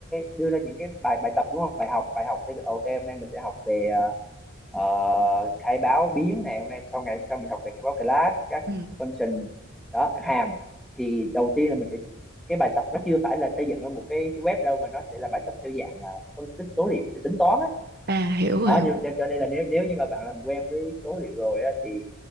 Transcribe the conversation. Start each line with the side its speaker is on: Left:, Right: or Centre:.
Centre: đưa ra những cái bài bài tập đúng không bài học bài học thì ok hôm nay mình sẽ học về ờ, ờ, khai báo biến này hôm nay sau ngày sau mình học về khai báo class các
Right: ừ.
Centre: function đó các hàm thì đầu tiên là mình sẽ cái bài tập nó chưa phải là xây dựng ra một cái, cái web đâu mà nó sẽ là bài tập theo dạng là phân tích số liệu kiểu tính toán á
Right: À hiểu
Centre: đó
Right: hiểu.
Centre: nhưng mà cho, cho nên là nếu nếu như mà bạn làm quen với số liệu rồi á, thì,